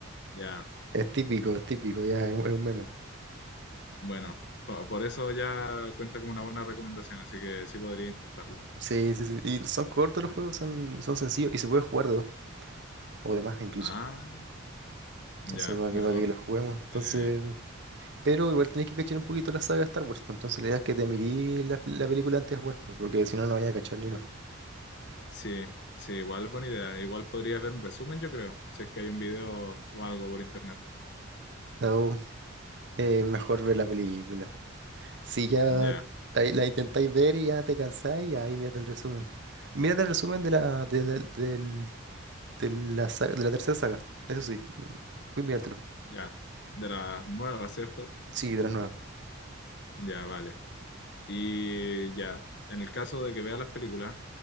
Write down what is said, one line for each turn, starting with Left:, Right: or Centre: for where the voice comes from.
Left: Ya.
Right: es típico, es típico, ya es, un es un meme.
Left: Bueno, po- por eso ya cuenta como una buena recomendación, así que sí podría intentarlo.
Right: Sí, sí, sí. Y son cortos los juegos, son, son sencillos y se pueden jugar de dos o de más incluso.
Left: Ah, ya,
Right: Entonces, para
Left: mejor.
Right: que, para que los juguemos.
Left: Sí,
Right: Entonces,
Left: tiene-
Right: Pero igual tenés que cachar un poquito la saga de Star Wars, pues, entonces la idea es que te mirís la, la película antes de jugar, pues, porque si no, no vayas a cachar ni uno.
Left: sí, sí, igual buena idea. Igual podría haber un resumen, yo creo, si es que hay un video o algo por internet.
Right: So, eh, mejor ver la película. Si ya
Left: Ya,
Right: la, la intentáis ver y ya te cansáis, ahí mírate el resumen. Mírate el resumen de la, de, la, del- de la saga- de la tercera saga, eso sí, voy a mirártelo.
Left: ya. De la nueva, ¿cierto?
Right: Sí, de la nueva.
Left: Ya, vale. Y ya, en el caso de que vea las películas,